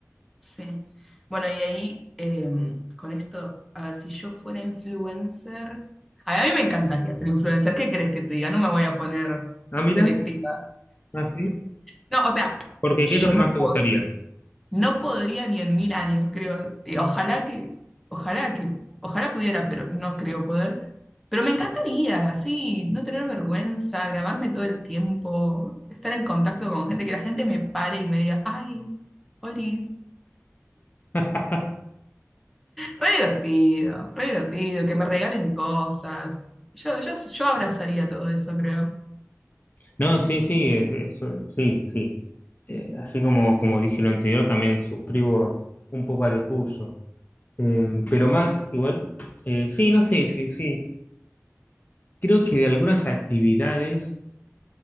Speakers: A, in the centre; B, on the left.
A: sí. Bueno, y ahí em, con esto, a ver, si yo fuera influencer, a mí me encantaría ser influencer, ¿qué crees que te diga? No me voy a poner
B: Ah, mira,
A: selectiva.
B: ah, sí.
A: No, o sea,
B: Porque
A: yo
B: ¿qué es lo que
A: no
B: más
A: puedo,
B: te gustaría?
A: no podría ni en mil años, creo. Y ojalá que, ojalá que, ojalá pudiera, pero no creo poder. Pero me encantaría, sí, no tener vergüenza, grabarme todo el tiempo, estar en contacto con gente, que la gente me pare y me diga, ay, Olis.
B: <laughs>
A: Re divertido, re divertido, que me regalen cosas. Yo, yo, yo abrazaría todo eso, creo.
B: No, sí, sí, es- es- sí, sí. Eh, así como, como dije lo anterior, también suscribo un poco a lo tuyo. Eh, pero más, igual, eh, sí, no sé, sí, sí. Creo que de algunas actividades